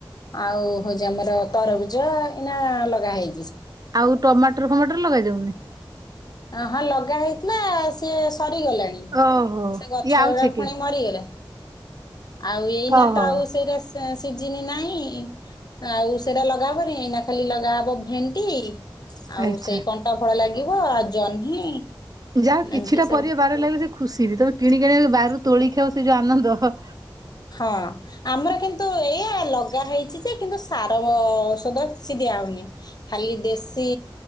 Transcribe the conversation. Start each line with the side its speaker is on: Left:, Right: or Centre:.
Left: ଆଉ ହଉଛି ଆମର ତରଭୁଜ ଇନା ଲଗା ହେଇ
Right: ଆଉ ଟମାଟର ଫମାଟର ଲଗେଇ ଦଉନି
Left: ଅ ହଁ ଲଗା ହେଇଥିଲା। ସିଏ ସରିଗଲାଣି,
Right: ଓହୋ
Left: ସେ ଗଛ
Right: ଇଏ ଆଉଛେ
Left: ଗୁଡା
Right: କି
Left: ପୁଣି ମରିଗଲେ। ଆଉ ଏଇନା
Right: ଓହୋ
Left: ତ ଆଉ ସେଇଟା ସେ ସିଝିନି ନାହିଁ ଆଉ ସେଇଟା ଲଗାହବନି ଏନା ଖାଲି ଲଗାହେବ ଭେଣ୍ଟି ଆଉ
Right: ଆଚ୍ଛା।
Left: ସେଇ କଣ୍ଟା ଫଳ ଲାଗିବ। ଜହ୍ନି
Right: ଯାହା କିଛିଟା
Left: ଏମିତି ସବୁ
Right: ପରିବା ବାହାରେ ଲାଗିଛି ଖୁସି ବି ତମେ କିଣ କିିଣିବା ବାହାରୁ ତୋଳି ଖାଇବ ସେ ଯୋଉ ଆନନ୍ଦ ହ
Left: ହଁ ଆମର କିନ୍ତୁ ଏଇୟା ଲଗା ହେଇଛି ଯେ କିନ୍ତୁ ସାର ଔଷଧ ସି ଦିଆହଉନି ଖାଲି ଦେଶୀ